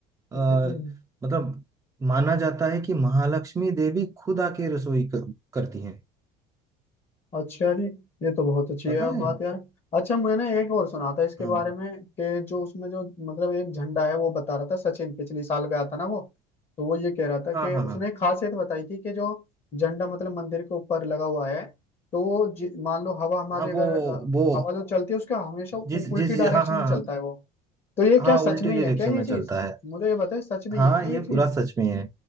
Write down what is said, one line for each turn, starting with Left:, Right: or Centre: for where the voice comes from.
Left: <clears throat>
Right: आ, मतलब माना जाता है कि महालक्ष्मी देवी खुद आके रसोई कर, करती हैं
Left: अच्छा जी ये तो बहुत अच्छी
Right: पता
Left: है आप बात
Right: है
Left: यार अच्छा मैंने एक और सुना था इसके
Right: हाँ
Left: बारे में कि जो उसमें जो मतलब एक झंडा है वो बता रहा था सचिन पिछले साल गया था ना वो तो वो ये कह रहा था कि
Right: हाँ हाँ
Left: उसने
Right: हाँ
Left: एक खासियत बताई थी कि जो झंडा मतलब मंदिर के ऊपर लगा हुआ है तो वो जि- मान लो हवा हमारी
Right: हाँ
Left: अगर
Right: वो
Left: अ,
Right: वो
Left: हवा जो चलती है उसका हमेशा उ-
Right: जिस
Left: उल्टी
Right: जिस
Left: डायरेक्शन
Right: हाँ हाँ
Left: में चलता
Right: हाँ
Left: है वो तो ये क्या
Right: हाँ
Left: सच
Right: उल्टी
Left: में
Right: डायरेक्शन
Left: ही है क्या ये
Right: में
Left: चीज
Right: चलता है
Left: मुझे ये बताए सच में
Right: हाँ
Left: ही है क्या ये
Right: ये
Left: चीज
Right: पूरा सच में है